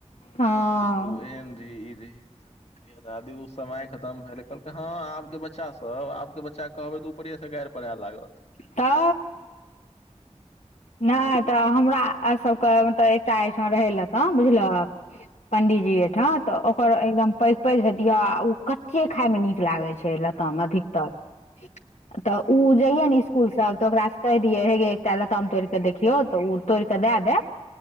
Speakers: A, on the left (about 65°); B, on the left (about 85°).
A: <inaudible>
B: हँ
A: जे तू एहन रीही ई रीही। <inaudible> दादी उ समय खतम भेलै। कहलकै हं, आब के बच्चा सब, आब के बच्चाके कहबै त ऊपरे स गारि पढ़ै लागत।
B: त अ। नै
A: तऽ
B: त हमरा आर सबके मतलब एकटा ऐठां रहै लताम बुझलहक पंडी त जी ऐठां त ओकर एकदम पैघ-पैघ हेतीअ आ उ कच्चे खाइमे नीक लागै छै ल ताम अधिकतर <inaudible> त उ जइऐ ने स्कूल स त ओकरा सं कैह दियै हे गे एकटा ल ताम तोरिक देखियौ त उ तोरिक दए दै,